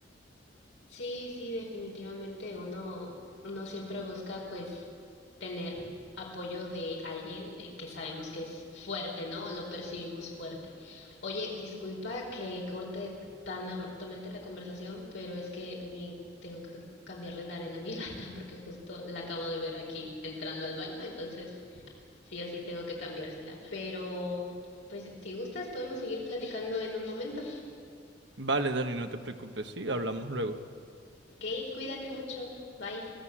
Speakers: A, on the left; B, on the right.
A: Sí, sí, definitivamente uno, uno siempre busca pues tener apoyo de alguien eh, que sabemos que es fuerte, ¿no? O Lo percibimos fuerte. Oye, disculpa que corte tan abruptamente la conversación, pero es que me tengo que cambiarle la arena a mi <laughs> gata porque justo la acabo de ver aquí entrando al baño, entonces Sí o sí tengo que cambiársela. Pero, pues, si gustas, podemos seguir platicando en un momento.
B: Vale, Dani, no te preocupes, sí, hablamos luego.
A: Ok, cuídate mucho. Bye.